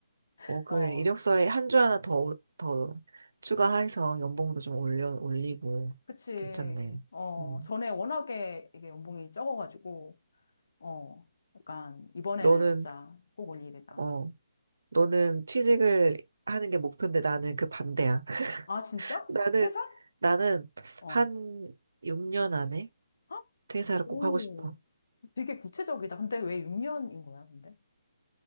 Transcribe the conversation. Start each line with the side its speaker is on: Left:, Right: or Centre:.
Left: <laughs>
Right: 어 그래
Left: 어,
Right: 이력서에 한 줄 하나 더 더 추가해서 연봉도 좀 올려 올리고
Left: 그치.
Right: 괜찮네.
Left: 어,
Right: 음.
Left: 전에 워낙에 이게 연봉이 적어가지고, 어, 약간, 이번에는
Right: 너는
Left: 진짜 꼭 올 일이다.
Right: 어 너는 취직을 하는 게 목표인데 나는 그 반대야. <laughs>
Left: 아, 진짜?
Right: 나는
Left: 퇴사?
Right: 나는
Left: 어.
Right: 한 6년 안에
Left: 헉,
Right: 퇴사를
Left: 오,
Right: 꼭 하고 싶어.
Left: 되게 구체적이다. 근데 왜 6년인 거야, 근데?